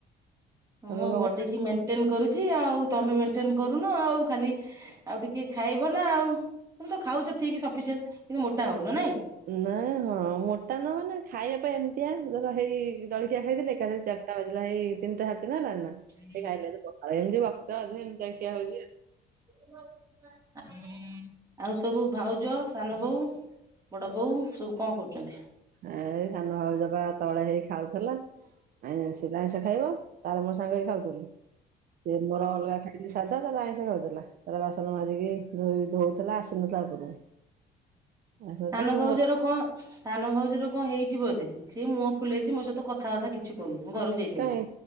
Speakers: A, on the right (about 60°); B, on the right (about 20°).
A: ତମେ
B: ମୋ
A: କଣ
B: ବଡି କି ମେଟେନ କରୁଚି ଆଉ, ତମେ ମେଣ୍ଟେନ କରୁନ ଆଉ ଖାଲି ଆଉ ଟିକେ ଖାଇବ ନା ଆଉ ତମେ ତ ଖାଉଛ ଠିକ ସଫିସିଏଣ୍ଟ, କିନ୍ତୁ ମୋଟା ହଉନ ନାଇଁ
A: ନା ହଁ ମୋଟା ନ ହେନେ ଖାଇବା ପାଇଁ ଏମିତିଆ ଧର ହେଟି ଜଳଖିଆ ଖାଇଦଲେ କାଲି ଚାରିଟା ବାଜିଲା ହେଇ ତିନଟା ଦିନ ହେଲା ନା
B: ହୁଁ
A: <unintelligible> ପଖାଳ ଅଧେ ଏମିତିଆ ଖିଆ ହଉଛି ଆଉ।
B: <inaudible> ଆଉ ସବୁ ଭାଉଜ ସାନ ବୋଉ ବଡ଼ ବୋଉ ସବୁ କଣ କରୁଛନ୍ତି?
A: ଏ ଏଇ ସାନ ଭାଉ ଯବା ତଳେ ହେଇକ ଖାଉଥିଲା। ଆ ସେ ତ ଆଇଁଷା ଖାଇବ ତାର ମୋର ସାଙ୍ଗ ହେକି ଖାଉଥିଲୁ ସେ ମୋର ଅଲଗା ଖାଇ ସାଧା ତା ଆଇଁଷ ଖାଉଥିଲା ତାର ବାସନ ମାଜିିକି ଧୋଇ ଧୋଉଥିଲା ଆସିନଥିଲା ଉପରକୁ। ଆସିନଥିଲା
B: ସାନ
A: ତ ମୁଁ
B: ଭଉଜର କଣ ସାନ ଭାଉଜର କଣ ହେଇଛି ବୋଧେ? ସି ମୁହ ଫୁଲେଇଚି ମୋ ସହିତ କଥାବାର୍ତା କିଛି କରୁନି, ଘରକୁ ଯାଇ
A: କାଇଁ